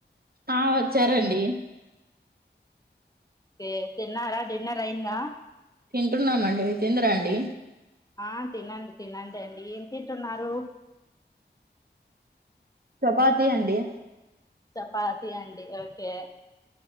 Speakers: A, on the right; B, on the left.
A: ఆ వచ్చారండి
B: కే తిన్నారా డిన్నర్ అయిందా
A: తింటున్నామండి మీరు తిందురాండి
B: ఆ తినండి తినండి ఏం తింటున్నారు
A: చపాతి అండి
B: చపాతి అండి ఓకే